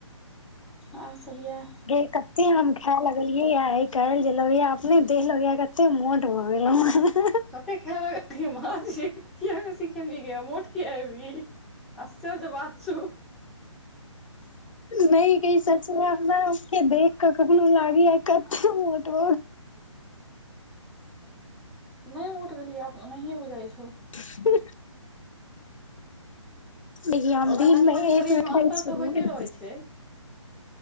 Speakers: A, in the centre; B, on the left.
A: और सब ये।
B: गै कते हम खाय ले लगलियैये आइ काल्हि जे लगैये जे अपने देख के लगैये कते मोट भऽ गेलौं हे।
A: कतेक खेने रहियै माछ किये ने सीखेबही गै मोट कि हेबही, आश्चर्य्य बात छौ।
B: नहि की इ सब सबने उसके देख के कखनो लागैये कते मोट
A: नहि मोट भेलियैये एनाहिए बुझाइ छौ।
B: हुं। लेकिन हम
A: ओतऽ
B: दिनमे
A: कनि मनी
B: एक
A: शरीर
B: बेर देखै
A: मे अन्तर
B: छियौ
A: तऽ होइते
B: ने
A: रहै छै